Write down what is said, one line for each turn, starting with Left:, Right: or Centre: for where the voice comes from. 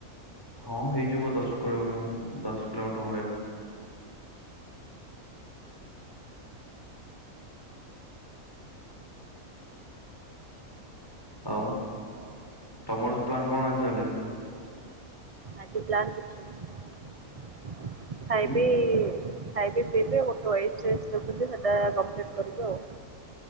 Left: ହଁ ହେଇଯିବ ଦଶ କୋଡି ଉଁ ଦଶ କିଲୋମିଟର ଭଳିଆ। କ ଆଉ ତମର ପ୍ଲାନ୍ କଣ ଆଜି ତାହେଲେ।
Right: ଆଜି ପ୍ଲାନ୍ କିଛି ନାହିଁ ଖାଇବି
Left: ହୁଁ
Right: ଖାଇବି ପିଇବି ଗୋଟେ ୱେବ୍ ସିରିଜ ଦେଖୁଚି ସେଟା କଂପ୍ଲିଟ୍ କରିବି ଆଉ।